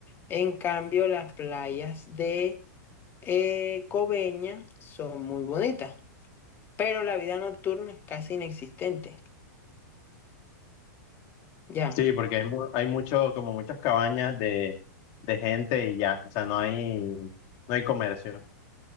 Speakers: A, on the left (about 20°); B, on the left (about 40°).
A: En cambio, las playas de eh, Coveñas son muy bonitas, pero la vida nocturna es casi inexistente. Ya.
B: Sí, porque hay, mu- hay mucho, como muchas cabañas de, de gente y ya, o sea, no hay, no hay comercio.